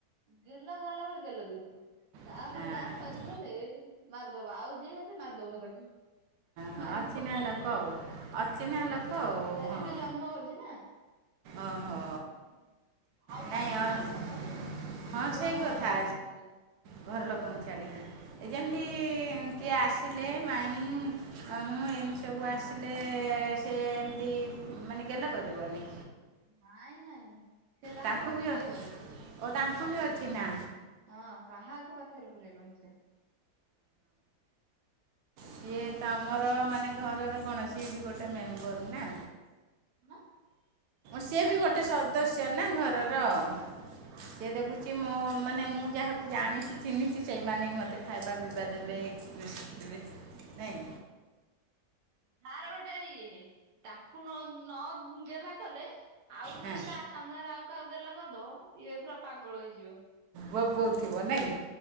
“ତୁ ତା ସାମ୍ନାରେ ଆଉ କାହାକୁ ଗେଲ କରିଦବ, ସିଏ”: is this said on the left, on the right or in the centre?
Right